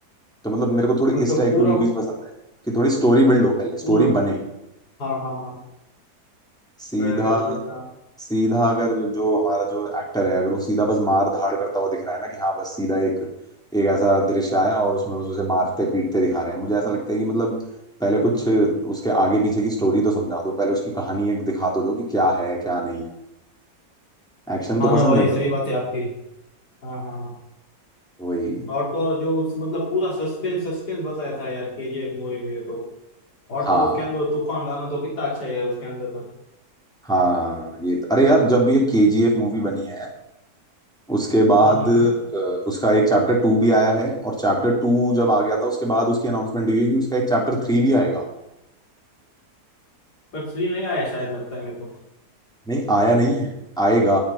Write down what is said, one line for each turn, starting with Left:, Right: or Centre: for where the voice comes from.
Centre: तो मतलब मेरे को थोड़ी
Left: मतलब
Centre: इस टाइप
Left: पूरा
Centre: की मूवीज पसंद है कि थोड़ी स्टोरी बिल्ड हो पहले स्टोरी
Left: पूरा
Centre: बने
Left: हाँ हाँ हाँ
Centre: सीधा
Left: गया मेरे बेटा
Centre: सीधा अगर जो हमारा जो एक्टर है अगर वो सीधा बस मार धाड़ करता हुआ दिख रहा है ना कि हाँ बस सीधा एक एक ऐसा दृश्य आया और उसमें बस उसे मारते पीटते दिखा रहे हैं मुझे ऐसा लगता है कि मतलब पहले कुछ उसके आगे पीछे की स्टोरी तो समझा दो पहले उसकी कहानी एक दिखा तो दो कि क्या है क्या नहीं है एक्शन तो
Left: हाँ
Centre: पसंद
Left: ना भाई
Centre: है मुझे
Left: सही
Centre: भी,
Left: बात है आपकी हाँ हाँ हाँ
Centre: वही
Left: और तो और जो उस मतलब पूरा सस्पेंस सस्पेंस बताया था यार केजीएफ मूवी में तो और
Centre: हाँ
Left: तो उसके अंदर तूफान गाना तो कितना अच्छा है यार उसके अंदर का
Centre: हाँ हाँ हाँ ये तो- अरे यार जब ये केजीएफ मूवी बनी है उसके बाद
Left: हाँ हाँ
Centre: अ,
Left: हाँ
Centre: उसका एक चैप्टर टू भी आया है और चैप्टर टू जब आ गया था उसके बाद उसकी अनाउंसमेंट हुई है कि उसका एक चैप्टर थ्री भी आएगा
Left: पर थ्री नहीं आया शायद लगता है मेरे को
Centre: नहीं आया नहीं है आएगा